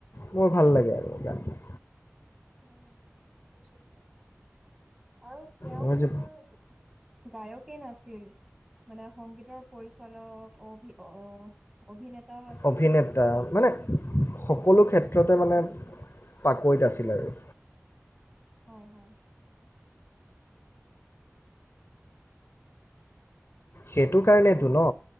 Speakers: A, on the left (about 50°); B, on the right (about 20°).
A: মোৰ ভাল লাগে আৰু গানটো।
B: উম বুজিছো, আৰু তেওঁ
A: মোৰ
B: কেৱল
A: যে
B: গায়কেই নাছিল, মানে সংগীতৰ পৰিচালক অভি আহ অভিনেতাও
A: অভিনেতা মানে সকলো ক্ষেত্ৰতে
B: অ',
A: মানে পাকৈত আছিলে আৰু।
B: হয় হয়।
A: সেইটো কাৰণেতো
B: আৰু
A: ন